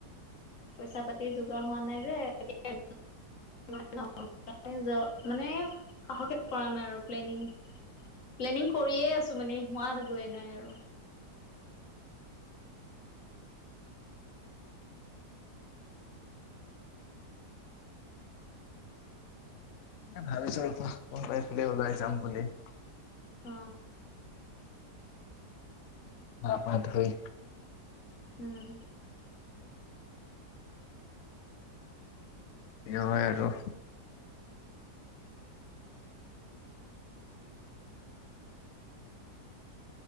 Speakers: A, on the left; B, on the left.
A: পইচা পাতি যোগাৰ হোৱা নাই যে <inaudible> মানে সাহসে কৰা নাই আৰু প্লেনিং প্লেনিং কৰিয়ে আছো মানে, হোৱা গৈ নাই আৰু
B: এ ভাবিছো ৰখা কোনবাফালে ওলাই যাওঁ বুলি
A: অ
B: গা পা ধুই
A: উম
B: কি হয় আৰু